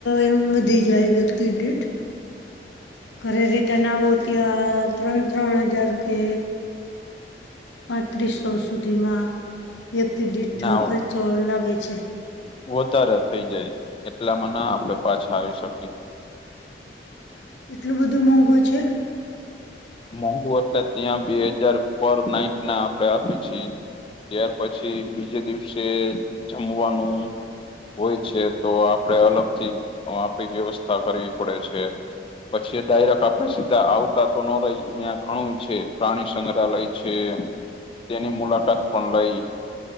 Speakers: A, on the left; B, on the left.
A: એમ વધી જાય વ્યક્તિદિઠ ઘરે રીતે ના આવો ત્યાં ત્રણ ત્રણ હજાર કે પાંત્રીસો સુધીમાં વ્યક્તિદીઠ
B: ના
A: ખર્ચો લાગે છે.
B: વધારે થઈ જાય એટલામાં ના આપડે પાછા આવી શકી.
A: એટલું બધું મોંઘું છે.
B: મોંઘુ એટલે ત્યાં બે હજાર પર નાઈટના આપડે આપીએ છી. ત્યાર પછી બીજે દિવસે જમવાનું હોય છે તો આપડે અલગથી આપણી વ્યવસ્થા કરવી પડે છે. પછી ડાયરેક્ટ આપડે સીધા આવતા તો અહં ઘણું છે પ્રાણી સંગ્રહાલય છે. તેની મુલાકાત પણ લઈ.